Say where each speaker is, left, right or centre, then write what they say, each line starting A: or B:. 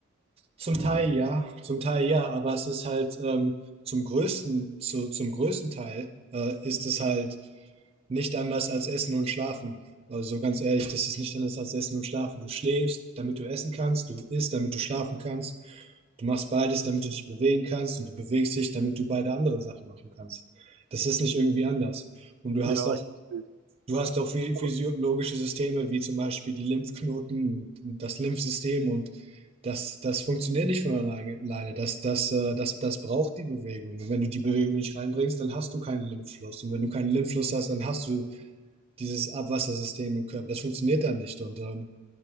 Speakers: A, on the right; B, on the right.
A: Zum Teil ja, zum Teil ja, aber es ist halt ähm, zum größten, zu, zum größten Teil äh, ist es halt nicht anders als Essen und Schlafen. Also ganz ehrlich, das ist nicht anders als Essen und Schlafen. Du schläfst, damit du essen kannst, du isst, damit du schlafen kannst. Du machst beides, damit du dich bewegen kannst und du bewegst dich, damit du beide anderen Sachen machen kannst. Das ist nicht irgendwie anders. Und du
B: Ja,
A: hast auch
B: ich verstehe.
A: Du hast auch phy- physiologische
B: Aber,
A: Systeme, wie zum Beispiel die Lymphknoten, das Lymphsystem und das, das funktioniert nicht von alleine. alleine. Das, das, äh, das, das braucht die Bewegung. Und wenn du die Bewegung nicht reinbringst, dann hast du keinen Lymphfluss. Und wenn du keinen Lymphfluss hast, dann hast du dieses Abwassersystem im Körper. Das funktioniert dann nicht. Und, ähm,